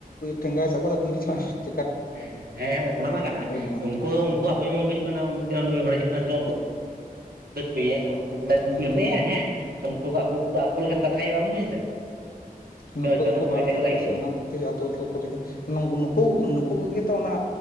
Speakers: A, on the left; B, on the right.
A: ᱴᱷᱮᱸᱜᱟᱭ ᱥᱟᱵ ᱠᱟᱫᱟᱭ ᱛᱤ ᱨᱮ ᱪᱚᱭ ᱾
B: ᱦᱮᱸ ᱦᱮᱸ ᱚᱱᱟ ᱢᱟ ᱠᱟᱱᱟ
A: ᱧᱟᱢᱟ
B: ᱩᱱᱠᱩ ᱦᱚᱸ ᱩᱱᱠᱩ ᱟᱵᱩᱡᱮᱢᱚᱱ ᱠᱚ ᱦᱤᱡᱩᱜ ᱠᱟᱱᱟ ᱢᱤᱫᱴᱮᱱ ᱱᱩᱭ ᱦᱚᱲᱮ ᱦᱤᱡᱩᱜ ᱠᱟᱱᱟ ᱥᱮ ᱵᱚᱱ ᱵᱚᱛ ᱪᱚᱭᱟ ᱩᱱᱠᱩ ᱠᱚ
A: ᱦᱩᱸ ᱦᱩᱸ
B: ᱪᱚᱭᱟ ᱦᱮᱸ ᱩᱱᱠᱩ ᱟᱠ ᱟᱠᱚᱠᱚ ᱠᱟᱛᱷᱟ ᱵᱟᱢ ᱵᱩᱡ ᱮᱫᱟ ᱾
A: ᱦᱩᱸ
B: ᱪᱚ
A: ᱱᱩᱠᱩ ᱫᱚᱠᱚ
B: ᱚᱱᱟ ᱥᱚᱢᱚᱭ
A: ᱵᱟᱲ
B: ᱮᱴᱟᱠ
A: ᱠᱟᱜ
B: ᱞᱮᱠᱟ
A: ᱠᱚᱣᱟ
B: ᱜᱮ
A: ᱥᱮ ᱚᱱᱟ
B: ᱾
A: ᱟᱹᱛᱩ ᱟᱹᱛᱩ ᱠᱚᱨᱮ ᱱᱩᱠᱩ ᱱᱩᱠᱩ ᱠᱚᱜᱮᱛᱚ ᱚᱱᱟ